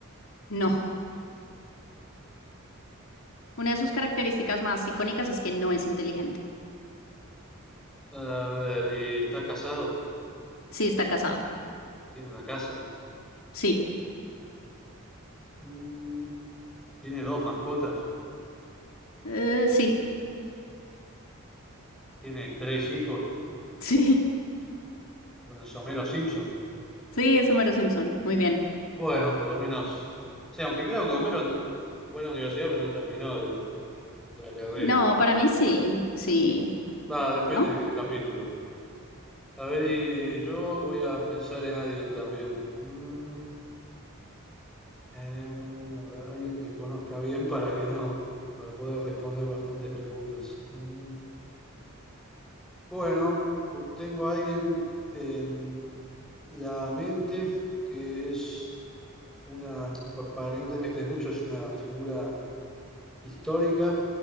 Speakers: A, on the left (about 70°); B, in the centre.
A: No, una de sus características más icónicas es que no es inteligente.
B: A ver, y está casado.
A: Sí, está casado.
B: Tiene una casa.
A: Sí.
B: Mm, Tiene dos mascotas.
A: Eh, sí,
B: Tiene tres hijos.
A: <laughs> sí,
B: Bueno, es Homero Simpson.
A: sí, es Homero Simpson. Muy bien.
B: Bueno, por lo menos. O sea, aunque creo que Homero fue a la universidad, pero no terminó el- la carrera.
A: No, para mí sí, sí,
B: Va, depende
A: ¿no?
B: del capítulo. A ver, y yo voy a pensar en alguien también. Mm, Eh, a ver, alguien que conozca bien para que no, para poder responder bastantes preguntas. Mm, Bueno, bu- tengo a alguien en la mente que es una, pa- para que no te mezcles mucho, es una figura histórica,